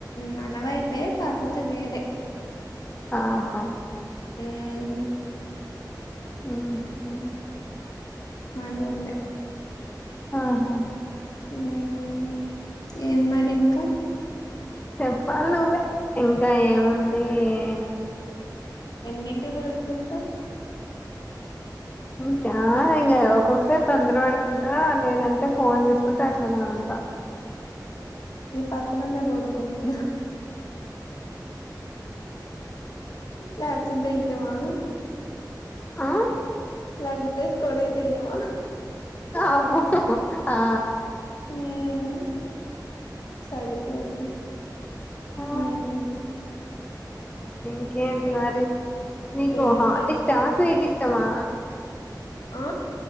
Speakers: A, on the left; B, on the left.
A: మనవైపే కాకపోతే వేరే
B: ఆహా
A: హమ్
B: హమ్
A: మనోళ్లే
B: ఆహా
A: హమ్ ఏన్ మరి ఇంకా
B: చెప్పాలి నువ్వే ఇంక ఏముంది ఎ
A: ఎన్నింటి పడుకుంటౌ
B: ఇంకా ఇంకా ఒక్కొక్కసారి తొందర పడుకుంటా లేదంటే ఫోన్ చేసుకుంట అట్లనే ఉంటా
A: నీ పక్కన మ కొడుకునే దు వ్యాచ్చం తెయ్యమా
B: ఆ
A: <unintelligible> కో దేవా
B: అమో ఆ
A: ఉమ్ సరిపోయింది
B: ఆ
A: హమ్
B: ఇంకేంటి మరి నీకు
A: ఏమి
B: హాట్ ఇష్టమా స్వీట్ ఇష్ట ఆ చెప్
A: ఆ